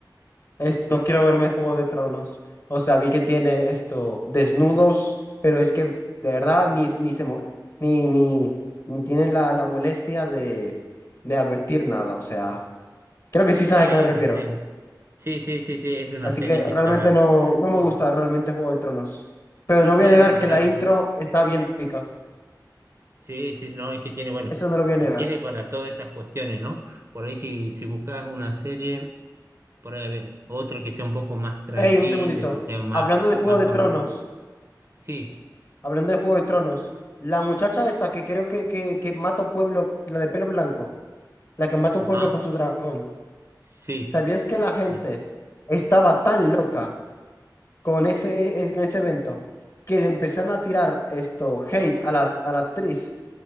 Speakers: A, on the left; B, on the right.
A: Es- no quiero verme Juego de Tronos. O sea, vi que tiene esto, desnudos, pero es que de verdad ni, ni se mo- ni, ni, ni tienen la, la molestia de, de advertir nada. O sea, creo que sí sabe
B: Claro,
A: a qué me refiero.
B: sí. Sí, sí, sí, sí, es una
A: Así
B: serie
A: que
B: que
A: realmente
B: está.
A: no, no me
B: sí,
A: gusta realmente Juego de Tronos. Pero no
B: Claro,
A: voy a negar
B: claro.
A: que la intro está bien épica.
B: Sí, sí, no, es que tiene, bueno,
A: Eso no lo
B: y
A: voy a negar.
B: tiene para todas estas cuestiones, ¿no? Por ahí, si, si buscas una serie, por ahí, a ver, otro que sea un poco más tranquila,
A: Ey, un segundito.
B: y que sea más,
A: Hablando de Juego
B: más
A: de
B: familiar.
A: Tronos,
B: Sí,
A: hablando de Juego de Tronos, la muchacha esta que creo que, que, que mata a pueblo, la de pelo blanco. la que mata
B: Ajá,
A: a un pueblo con su dragón.
B: sí,
A: ¿Sabías que la gente
B: ya,
A: estaba tan loca con ese, eh, con ese evento que le empezaron a tirar esto, hate a la, a la actriz,